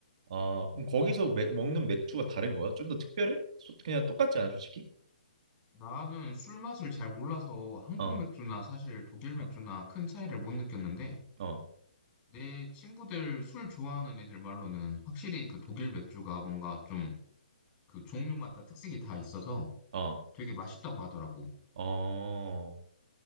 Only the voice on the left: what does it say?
나는 술 맛을 잘 몰라서 한국
맥주나 사실 독일 맥주나
큰 차이를 못 느꼈는데
내 친구들 술 좋아하는 애들 말로는 확실히 그 독일 맥주가 뭔가 좀 그 종류마다 특색이 다 있어서
되게 맛있다고 하더라고.